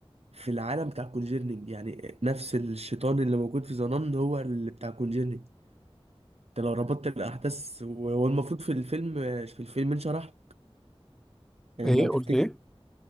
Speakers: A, on the right; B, in the centre.
A: في العالم بتاع كونجيرنينج يعني نفس الشيطان اللي موجود في زنان هو اللي بتاع كونجيرنينج انت لو ربطت الاحداث وهو المفروض في الفيلم في الفيلم انشرح يعني
B: ايه
A: لو
B: قلت
A: تفتكر
B: ايه؟